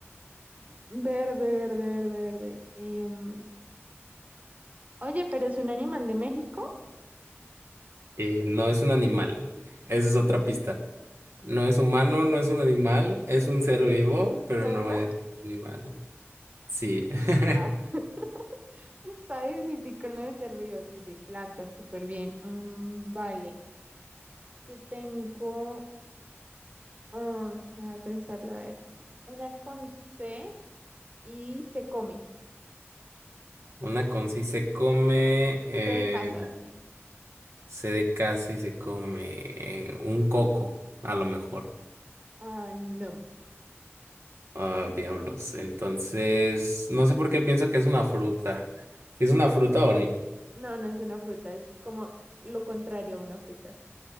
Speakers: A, on the right; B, on the right.
A: Verde, verde, verde, verde. Em, oye, pero es un animal de México.
B: Eh, no es un animal. Esa es otra
A: ¿Ah?
B: pista. No es humano, no es un animal, es un ser vivo, pero
A: ¿Planta?
B: no es animal. Sí. <laughs>
A: Ah, <laughs> está difícil con lo de ser vivo. Sí, sí, planta, súper bien. Mm, vale, yo tengo. ah, déjame pensarla, a ver. Una con C y se come.
B: Una con sí se come, eh,
A: C de casa, sí.
B: se de casa y se come eh, un coco, a lo mejor.
A: Ah, no.
B: Ah, diablos. Entonces, no sé por qué pienso que es una fruta. ¿Si es una
A: Ah,
B: fruta o no?
A: no, no es una fruta, es como lo contrario a una fruta.